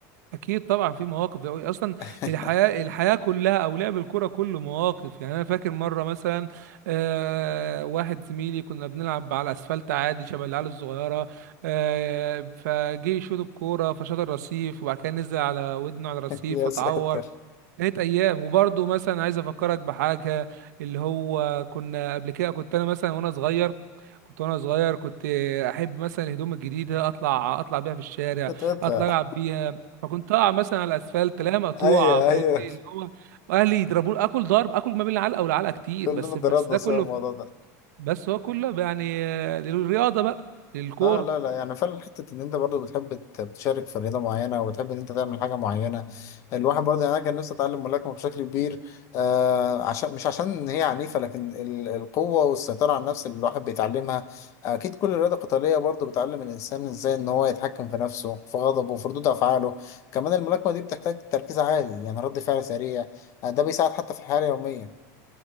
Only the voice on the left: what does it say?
<laughs>
يا
ساتر
قطعتها.
أيوه
أيوه
كلنا
ضربنا
سوا
الموضوع ده
اه لا لا يعني فعلا حته ان انت برضو بتحب ت- تشارك في رياضه معينه وبتحب ان انت تعمل حاجه معينه الواحد برضو يعني انا كان نفسي اتعلم ملاكمه بشكل كبير آه عشان مش عشان إن هي عنيفه لكن ال- القوه والسيطره على النفس اللي الواحد بيتعلمها اكيد كل رياضه قتاليه برضو بتعلم الانسان ازاي ان هو يتحكم في نفسه في غضبه وفي ردود افعاله كمان الملاكمه دي بتحتاج تركيز عالي يعني رد فعل سريع آه ده بيساعد حتى في الحياه اليوميه